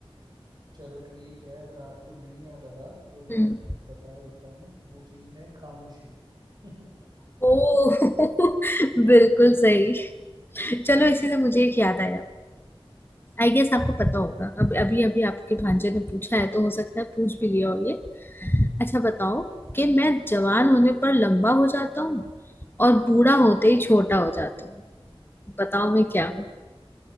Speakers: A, on the right; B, on the left.
A: चलो ठीक है अगर आपको नहीं याद आ रहा तो
B: हम्म
A: मैं बता ही देता हूँ वो चीज़ है खामोशी <laughs>
B: ओ <laughs> बिल्कुल सही चलो इसी से मुझे एक याद आया आई गेस आपको पता होगा अब अभी अभी आपके भांजे ने पूछा है तो हो सकता है पूछ भी लिया हो ये अच्छा बताओ कि मैं जवान होने पर लंबा हो जाता हूँ और बूढ़ा
A: okay
B: होते ही छोटा हो जाता हूँ बताओ मैं क्या हूँ